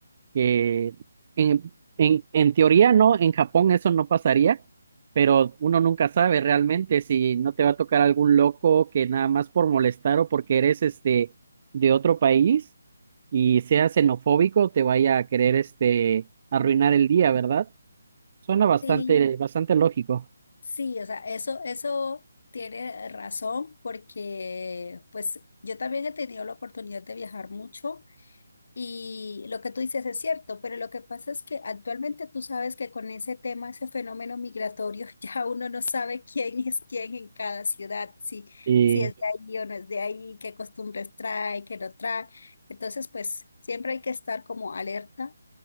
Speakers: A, on the right; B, on the left.
A: que en, en, en teoría, ¿no? En Japón eso no pasaría, pero uno nunca sabe realmente si no te va a tocar algún loco que nada más por molestar o porque eres este de otro país y sea xenofóbico, te vaya a querer este arruinar el día, ¿verdad? Suena bastante,
B: Sí,
A: bastante lógico.
B: Sí, o sea, eso, eso tiene razón porque pues yo también he tenido la oportunidad de viajar mucho y lo que tú dices es cierto, pero lo que pasa es que actualmente tú sabes que con ese tema, ese fenómeno migratorio, <laughs> ya uno no sabe quién es quién en cada ciudad, si,
A: Y,
B: si es de ahí o no es de ahí, qué costumbres trae, qué no trae. Entonces, pues siempre hay que estar como alerta